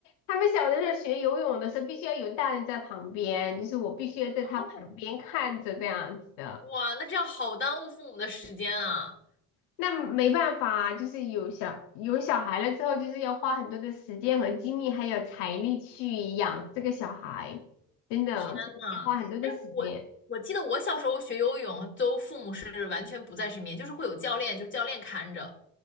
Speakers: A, on the left; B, on the left.
A: 他们小的时候学游泳的时候必须要有大人在旁边，就是我必须要在他旁边看着这样子的。
B: <laughs> 哦，哇，那这样好耽误父母的时间啊！
A: 那没办法啊，就是有小有小孩了之后，就是要花很多的时间和精力，还有财力去养这个小孩，真的要花很多的时间。
B: 天呐，哎，我我记得我小时候学游泳，都父母是完全不在身边，就是会有教练，就是教练看着。